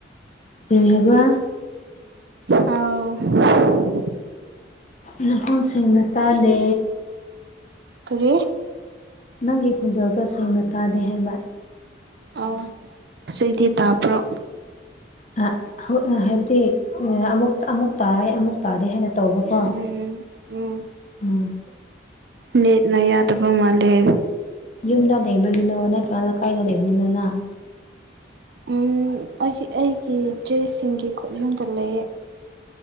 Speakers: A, on the left; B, on the right.
A: ꯀꯔꯤ ꯍꯥꯏꯕ
B: ꯍꯥꯎ
A: ꯅꯈꯣꯡ ꯁꯦꯡꯅ ꯇꯥꯗꯦ
B: ꯀꯔꯤ
A: ꯅꯪꯒꯤ ꯈꯣꯟꯖꯦꯜꯗꯣ ꯁꯦꯡꯅ ꯇꯥꯗꯦ ꯍꯥꯏꯕ
B: ꯑꯣ ꯆꯩꯗꯤ ꯇꯥꯕ꯭ꯔꯣ
A: ꯑ ꯍꯧꯠꯅ ꯍꯥꯏꯕꯗꯤ ꯑꯃꯨꯛ ꯑꯃꯨꯛ ꯇꯥꯏ ꯑꯃꯨꯛ ꯇꯥꯗꯦ ꯍꯥꯏꯅ ꯇꯧꯕꯀꯣ
B: ꯎꯝ ꯎꯝ
A: ꯎꯝ
B: ꯅꯦꯠꯅ ꯌꯥꯗꯕ ꯃꯥꯜꯂꯦ
A: ꯌꯨꯝꯗ ꯂꯩꯕꯒꯤꯅꯣ ꯅꯠꯇ꯭ꯔꯒꯅ ꯀꯥꯏꯗ ꯂꯩꯕꯒꯤꯅꯣ ꯅꯥ
B: ꯎꯝ ꯑꯩꯁꯤ ꯑꯩꯒꯤ ꯗ꯭ꯔꯦꯁ ꯁꯤꯡꯒꯤ ꯈꯨꯠꯌꯨꯝꯗ ꯂꯩꯌꯦ